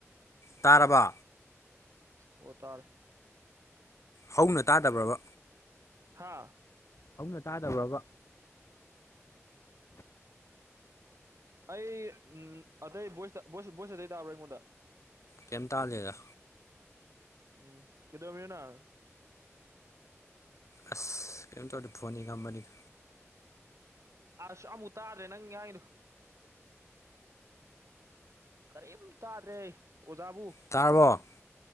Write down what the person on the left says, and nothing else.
ꯇꯥꯔꯕꯣ꯫
ꯍꯧꯅ ꯇꯥꯗꯕ꯭ꯔꯕ
ꯍꯧꯅ ꯇꯥꯗꯕ꯭ꯔꯕ꯫
ꯀꯩꯝ ꯇꯥꯗꯦꯗ꯫
ꯑꯁ ꯀꯩꯝ ꯇꯧꯗ ꯐꯣꯟ ꯌꯦꯡꯉꯝꯕꯅꯤꯗ꯫
ꯇꯥꯔꯕꯣ꯫